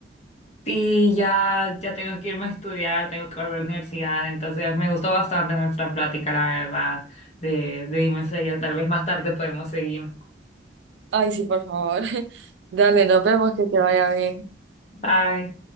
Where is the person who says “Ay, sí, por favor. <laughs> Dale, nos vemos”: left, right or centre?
Right